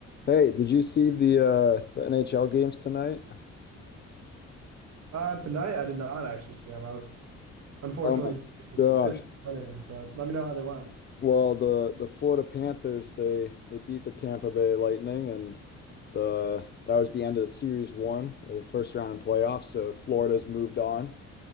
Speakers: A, on the left; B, on the right.
A: Hey, did you see the uh the NHL games tonight?
B: Uh, tonight I did not actually see them. I was unfortunately
A: Oh my
B: busy,
A: gosh.
B: busy studying, but let me know how they went.
A: Well, the the Florida Panthers they they beat the Tampa Bay Lightning and the that was the end of the series one or the first round in playoffs. So Florida's moved on.